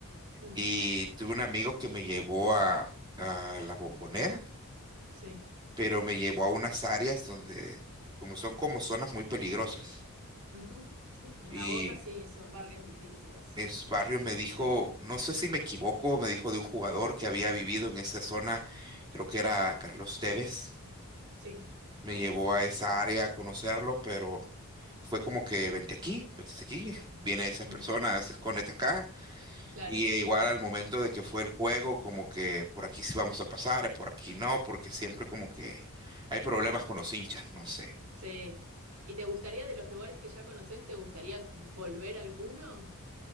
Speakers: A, on the right; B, on the right.
A: mm,
B: Y tuve un amigo que me llevó a, a la Bombonera,
A: Sí.
B: pero me llevó a unas áreas donde como son como zonas muy peligrosas.
A: Ujú, Sí, en
B: Y
A: la Boca sí, son barrios difíciles.
B: es barrio me dijo,
A: Sí,
B: no sé si me equivoco, me dijo de un jugador que había vivido en esa zona, creo que era Carlos Tevez.
A: sí,
B: me
A: sí,
B: llevó
A: sí, sí.
B: a esa área a conocerlo, pero fue como que vente aquí, vente aquí, viene esas
A: Ujú,
B: personas, escóndete acá.
A: Claro,
B: Y e igual al momento de que fue el juego, como que por aquí sí vamos a pasar, por aquí no, porque siempre como que hay problemas con los hinchas, no sé.
A: sí. ¿Y te gustaría de los lugares que ya conoces, te gustaría volver a alguno?